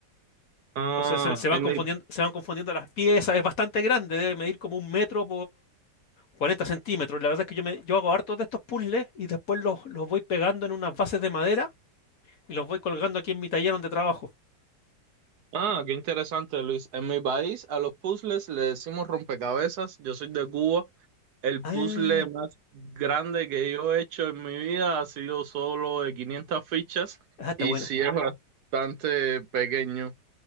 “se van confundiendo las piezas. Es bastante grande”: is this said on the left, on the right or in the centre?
Left